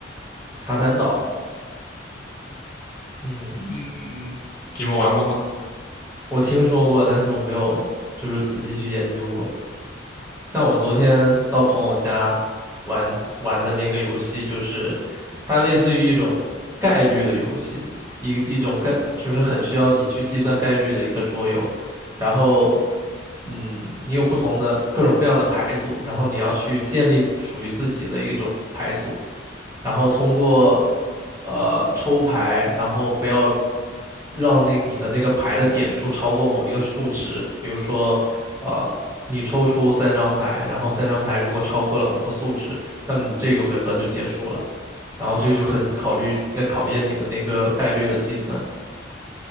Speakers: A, on the right; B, on the left.
A: 卡坦岛，嗯，
B: 嗯，你们玩过吗？
A: 我听说过，但是我没有就是仔细去研究过。像我昨天到朋友家玩玩的那个游戏，就是它类似于一种概率的游戏，一一种概就是很需要你去计算概率的一个桌游。然后，嗯，你有不同的各种各样的牌组，然后你要去建立属于自己的一种牌组。然后通过呃抽牌，然后不要让那你的那个牌的点数超过某一个数值，比如说呃你抽出三张牌，然后三张牌如果超过了某个数值，那么你这个回合就结束了，然后这就很考虑呃考验你的那个概率的计算。